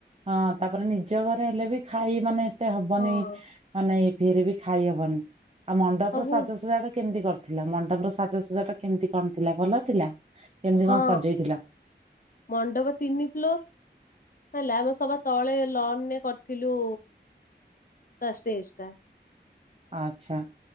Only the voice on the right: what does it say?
ହଁ ତାପରେ ନିଜ ଘରେ ହେଲେ ବି ଖାଇ ମାନେ ଏତେ ହବନି
ମାନେ ଫିରବି ଖାଇହବନି ଆଉ ମଣ୍ଡପ
ର ସାଜସଜା ଟା କେମିତି କରିଥିଲ? ଥିଲା ମଣ୍ଡପର ସାଜସଜା ଟା କେମତି କଣ ଥିଲା ଭଲ ଥିଲା। କେମିତି
କଣ ସଜେଇଥିଲ?
ଆଛା